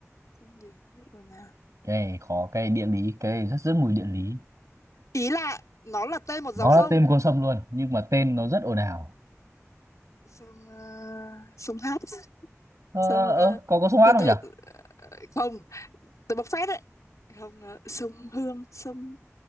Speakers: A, on the left (about 85°); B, on the right (about 75°).
A: sông gì có thể ở nào
B: cái này khó cái này địa lý cái này rất rất mùi địa lý
A: ý là nó là tên một dòng
B: nó
A: sông
B: là tên con sông luôn nhưng mà tên nó rất ồn ào
A: sông ờ, sông Hát
B: ờ,
A: sông
B: ờ
A: ờ,
B: có có sông Át
A: từ
B: không
A: từ
B: nhỉ
A: không tôi bộc phát đấy không ờ, sông Hương sông